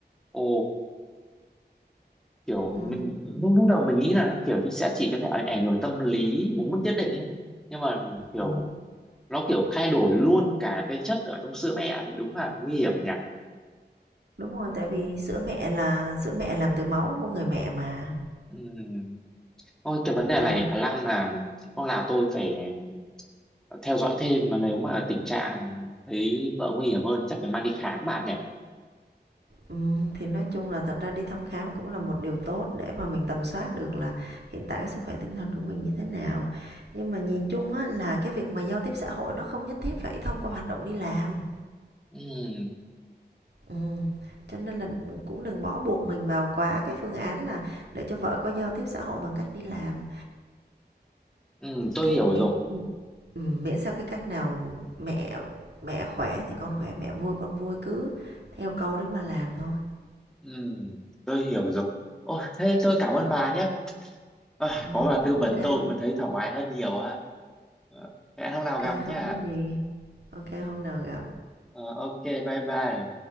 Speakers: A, in the centre; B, on the right.
A: ồ, kiểu
B: ừ.
A: mình lúc lúc đầu mình nghĩ là kiểu như sẽ chỉ có thể ảnh ảnh hưởng tâm lý một mức nhất định ấy. Nhưng mà kiểu
B: ừ
A: nó kiểu thay đổi luôn cả cái chất ở trong sữa mẹ thì đúng là nguy hiểm nhỉ.
B: đúng rồi tại vì sữa mẹ là sữa mẹ làm từ máu của người mẹ mà
A: Ừm. Ôi cái vấn đề
B: ừ.
A: này khả năng là không là tôi phải theo dõi thêm mà nếu mà tình trạng thấy vợ nguy hiểm hơn chắc phải mang đi khám bạn nhỉ.
B: ừ thì nói chung là thật ra đi thăm khám cũng là một điều tốt để mà mình tầm soát được là hiện tại cái sức khỏe tinh thần của mình như thế nào nhưng mà nhìn chung á là cái việc mà giao tiếp xã hội nó không nhất thiết phải thông qua hoạt động đi làm
A: Ừm,
B: Ừm, cho nên là cũng đừng bó buộc mình vào quá cái phương án là để cho vợ có giao tiếp xã hội bằng cách đi làm.
A: ừm, tôi
B: Cái
A: hiểu
B: miễn
A: rồi.
B: ừm, miễn sao cái cách nào mẹ mẹ khỏe thì con khỏe, mẹ vui con vui, cứ theo câu đấy mà làm thôi.
A: Ừ, tôi hiểu rồi. ô thế tôi cảm ơn bà nhé. À,
B: Ừm,
A: có bà tư
B: ok
A: vấn
B: kê,
A: tôi cũng thấy thoải mái hơn nhiều á. Ờ, Hẹn hôm nào gặp
B: không
A: nha.
B: có gì. ok hôm nào gặp.
A: Ờ, ok, bye bye.